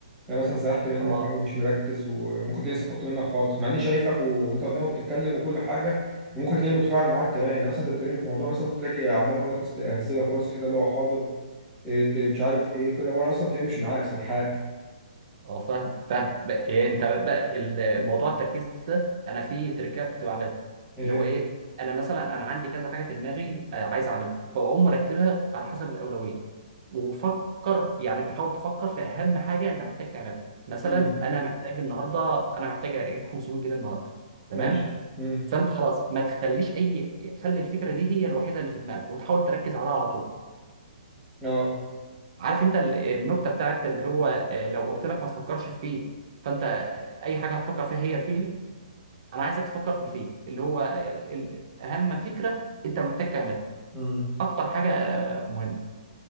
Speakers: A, in the centre; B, on the right.
A: ده مثلا سرحت منك
B: اه
A: بقى ومش مركز وممكن تلاقي سقطت منك خالص مع اني شايفك وانت قدامي بتتكلم وكل حاجه وممكن تلاقي متفاعل معاك كمان يعني مثلا انت بتكلمني في موضوع مثلا ممكن تلاقي عمال اقول لك أست- اهزلك راسي كده اللي هو حاضر إيه ت- مش عارف ايه كده وانا اصلا تلاقي مش معاك سرحان
B: اه فاهم فاهم بقى إيه انت بقى ال- الموضوع التركيز ده انا في تركية كنت بعملها
A: ايه
B: اللي هو ايه انا مثلا انا عندي كذا حاجه في دماغي آه، عايز اعملها فاقوم مرتبها على حسب الاولويه وفكر يعني تحاول تفكر في اهم حاجه انت محتاج تعملها مثلا
A: امم
B: انا محتاج النهارده انا محتاج اجيب 500 جنيه النهارده تمام
A: ماشي امم
B: فانت خلاص ما تخليش اي خلي الفكره دي هي الوحيده اللي في دماغك وتحاول تركز عليها على طول
A: اه
B: عارف انت ال- النكته بتاعت اللي هو آه، لو قلت لك ما تفكرش في فيل فانت اي حاجه هتفكر فيها هي الفيل انا عايزك تفكر في الفيل اللي هو ال- ال- اهم فكره انت محتاج تعملها
A: امم
B: اكتر حاجه آه، مهمه